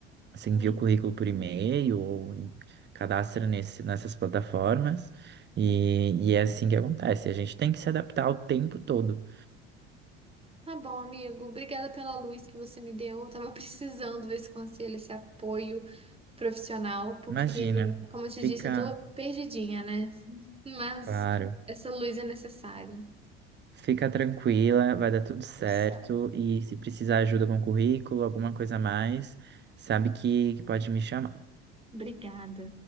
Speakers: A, on the right; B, on the right.
A: Você
B: Hum.
A: envia o currículo por e-mail ou em- cadastra nesse, nessas plataformas e, e é assim que acontece. A gente tem que se adaptar o tempo todo.
B: Tá bom, amigo. Obrigada pela luz que você me deu. Eu tava <laughs> precisando desse conselho, esse apoio profissional, porque,
A: Imagina,
B: como eu te
A: fica
B: disse, eu tô perdidinha, né? Mas
A: claro.
B: essa luz é necessária.
A: Fica tranquila, vai dar tudo certo.
B: Certo.
A: E se precisar ajuda com currículo, alguma coisa a mais, sabe que, que pode me chamar.
B: Obrigada.